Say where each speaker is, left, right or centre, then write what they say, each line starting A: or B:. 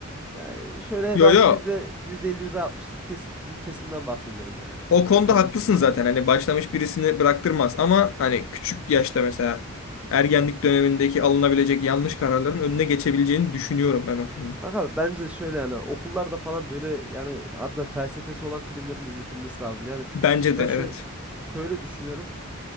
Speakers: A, in the centre; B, on the left.
A: yani şöyle
B: Yo
A: ben
B: yo
A: yüzde yüzde elli yüzde altmışlık kes, kesimden bahsediyorum yani.
B: O konuda
A: Ta- tabii
B: haklısın
A: iç içen.
B: zaten. Hani başlamış birisini bıraktırmaz ama hani küçük yaşta mesela ergenlik
A: Hmm.
B: dönemindeki alınabilecek yanlış kararların önüne geçebileceğini düşünüyorum ben o filmin.
A: Bak abi bence şöyle yani okullarda falan böyle yani harbiden felsefesi olan filmlerin izletilmesi lazım. Yani
B: Bence
A: ben
B: de evet.
A: şöyle şöyle düşünüyorum.